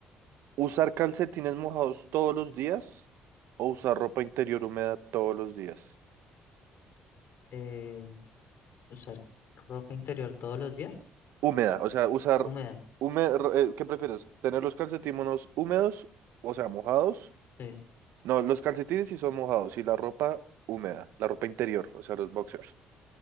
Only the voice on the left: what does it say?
Eh, usar ropa interior todos los días.
Húmeda.
Sí.